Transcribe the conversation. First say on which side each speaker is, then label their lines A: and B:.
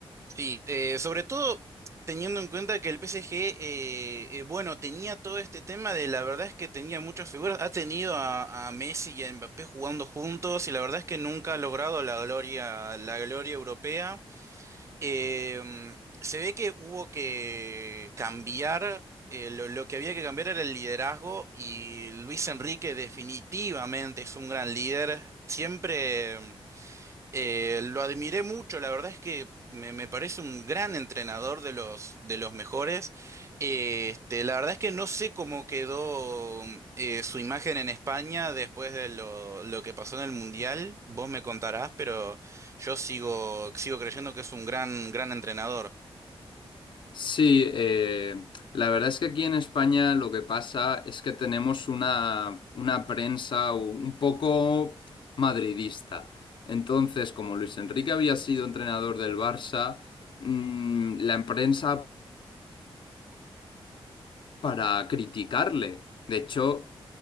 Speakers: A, on the right; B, on the left.
A: Sí, eh, sobre todo teniendo en cuenta que el PSG, eh, eh, bueno, tenía todo este tema de la verdad es que tenía muchas figuras, ha tenido a, a Messi y a Mbappé jugando juntos y la verdad es que nunca ha logrado la gloria, la gloria europea. Em, se ve que hubo que cambiar, eh, lo, lo que había que cambiar era el liderazgo y Luis Enrique definitivamente es un gran líder. Siempre... em, eh, lo admiré mucho, la verdad es que me, me parece un gran entrenador de los, de los mejores. Eh, Este, la verdad es que no sé cómo quedó eh, su imagen en España después de lo, lo que pasó en el Mundial, vos me contarás, pero yo sigo, sigo creyendo que es un gran, gran entrenador.
B: Sí, eh, la verdad es que aquí en España lo que pasa es que tenemos una, una prensa u- un poco madridista. Entonces, como Luis Enrique había sido entrenador del Barça, mm, la prensa para criticarle. De hecho,